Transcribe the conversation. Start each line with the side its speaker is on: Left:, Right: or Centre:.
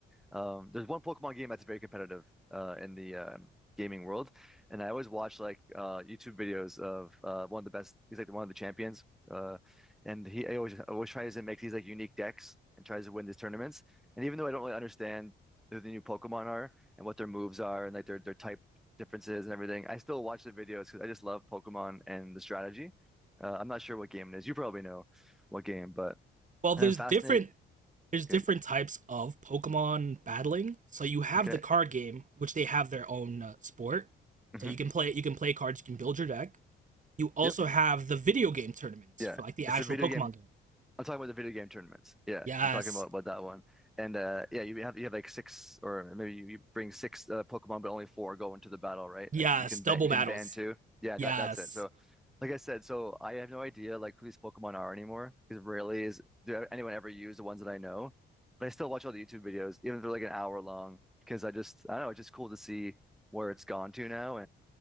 Centre: um, there's one Pokemon game that's very competitive uh, in the um, gaming world, and I always watch like uh, YouTube videos of uh, one of the best. He's like one of the champions, uh, and he I always I always tries to make these like unique decks and tries to win these tournaments. And even though I don't really understand who the new Pokemon are and what their moves are and like their their types differences and everything. I still watch the videos because I just love Pokemon and the strategy. Uh, I'm not sure what game it is. You probably know what game, but
Right: Well, there's
Centre: and I'm fascinated.
Right: different there's different
Centre: Okay.
Right: types of Pokemon battling. So you have
Centre: Okay.
Right: the card game, which they have their own uh, sport.
Centre: hmm
Right: So you can play you can play cards, you can build your deck. You also
Centre: Yep.
Right: have the video game tournaments
Centre: Yeah.
Right: for like the actual
Centre: It's a video
Right: Pokemon
Centre: game
Right: game.
Centre: I'm talking about the video game tournaments. Yeah,
Right: Yes,
Centre: I'm talking about, about that one. And uh, yeah, you have you have like six, or maybe you, you bring six uh, Pokemon, but only four go into the battle, right?
Right: Yes,
Centre: Like you can
Right: double
Centre: ban you
Right: battles.
Centre: can ban two. Yeah,
Right: Yes.
Centre: that that's it. So, like I said, so I have no idea like who these Pokemon are anymore because rarely is do anyone ever use the ones that I know. But I still watch all the YouTube videos, even if they're like an hour long, because I just I don't know, it's just cool to see where it's gone to now,